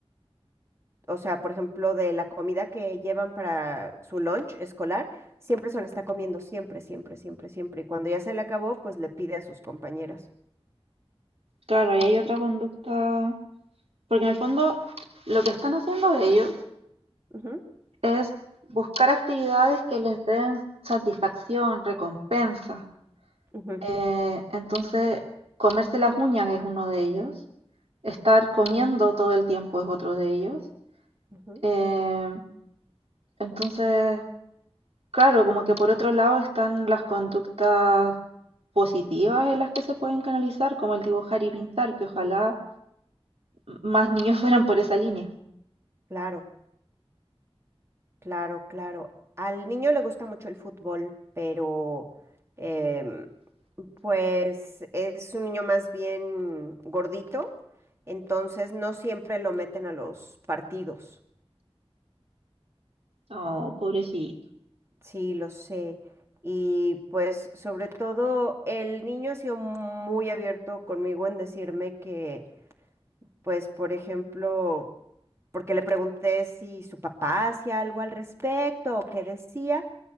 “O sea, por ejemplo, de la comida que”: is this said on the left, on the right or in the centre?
Right